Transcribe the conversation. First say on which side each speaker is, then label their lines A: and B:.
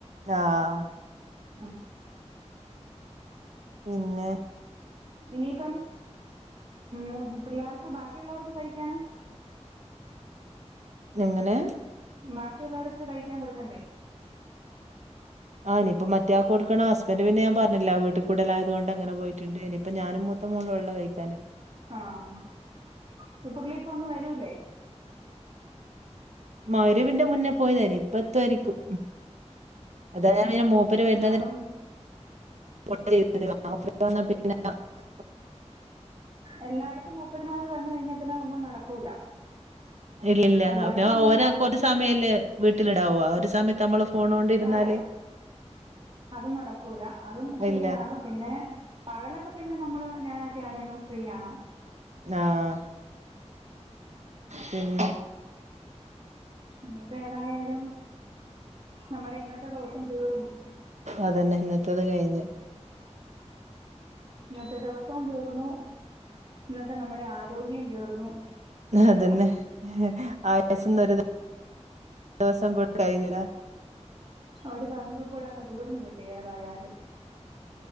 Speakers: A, on the right; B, on the right.
A: ആഹ്
B: ഉം
A: പിന്നെ
B: ഇനിയിപ്പം ഉ പിള്ളേർക്ക് ബാക്കിയുള്ളവർക്ക് കഴിക്കാന്
A: എങ്ങനെ
B: ബാക്കിയുള്ളവർക്ക് കഴിക്കാൻ കൊടുക്കണ്ടേ
A: ആ ഇനിയിപ്പം മറ്റയാളക്ക് കൊടുക്കണം ഹസ്ബന്റ് പിന്നെ ഞൻ പറഞ്ഞില്ല ആ വീട്ട് കൂടലായതുകൊണ്ട് അങ്ങെ പോയിട്ടണ്ട് ഇനിയിപ്പം ഞാനും മോനും മൂളള് വൈളളം കഴിച്ചാല്
B: ആഹ് അപ്പൊ പുള്ളിഇപ്പേ ഒന്നും വരൂല്ലേ
A: മഗ്രിബിന്റെമുന്നേ പോയതായിന് ഇപ്പ എത്തായിരിക്കും അതാണ്ഞന് മൂപ്പര് വരുന്നത്
B: ഉം അപ്പം
A: വാ പിന്ന <unintelligible>
B: എല്ലായിടത്തും മുപ്പര്മാര് വരണം കഴിഞ്ഞാ പിന്നെ ഒന്നും നടക്കൂല
A: ഇല്ല്ല്ല
B: എല്ലായിടത്തും
A: അ
B: അങ്ങനെയാ
A: ഒരാൾക്ക് ഒരു സമയല്ലേ വീട്ടിലിടാവു ആ ഒരു സമയത്ത് നമ്മള് ഫോൺ കൊണ്ടിരുന്നാല്
B: അതെയ അതും നടക്കൂലാ അതും ശരിയാണ്
A: ഇല്ല
B: പിന്നെ പകലൊക്കെ പിന്നെ നമ്മള് ഞാനൊക്കെ ആണെങ്കിലും ഫ്രീ ആണ്
A: ആഹ് പിന്നെ
B: ഇനിയിപ്പം ഏതായാലും നമ്മുടെ ഇന്നത്തെ ദിവസം തീർന്നു
A: അതന്നെ ഇന്നത്തത് കഴിഞ്ഞ്
B: ഇന്നത്തെ ദിവസവും തീർന്നു ഇന്നത്തെ നമ്മുടെ ആരോഗ്യം തീർന്നു
A: അതന്നെ ആയിസിന്നൊരു ദിവസം കൂടെ കഴിഞ്ഞു
B: ഒരു പങ്കും കൂടെ അങ്ങ് തീർന്നു കിട്ടി ഏതായാലും